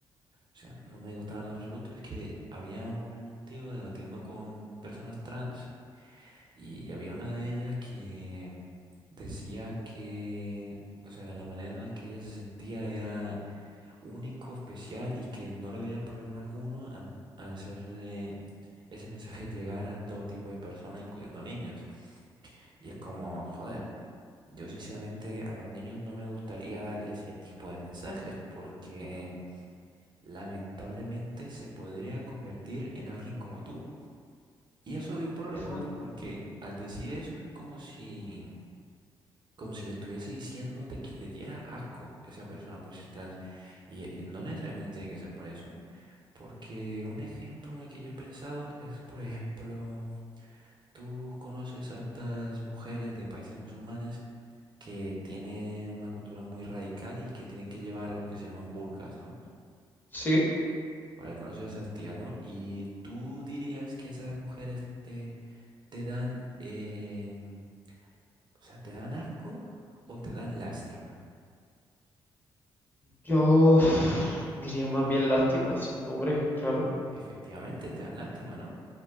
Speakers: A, on the right (about 45°); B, on the left (about 20°).
A: sea, no me gustaba en lo absoluto es que había un tío debatiendo con personas trans Y había una de ellas que decía que, o sea, la manera en la que ella se sentía era único, especial y que no le veía problema alguno a, a hacer eh, ese mensaje llegar a todo tipo de personas, incluyendo niños. Y es como, joder, yo sinceramente a los niños no me gustaría darle ese tipo de mensajes porque lamentablemente se podría convertir en alguien como tú. Y eso dio un problema,
B: Ujú.
A: pues porque al decir eso es como si como si le estuviese diciendo de que le diera asco a esa persona por ser trans. Y, y no necesariamente tiene que ser por eso, porque un ejemplo en el que yo he pensado es, por ejemplo, tú conoces a estas mujeres de países musulmanes que tienen una cultura muy radical y que tienen que llevar algo que se llaman burkas, ¿no?
B: Sí,
A: Vale, conoces a esas tías, ¿no? Y tú dirías que esas mujeres te, te dan, em, o sea, te dan asco o te dan lástima.
B: yo uf, diría más bien lástima, sí, hombre, claro.
A: Efectivamente, te dan lástima, ¿no?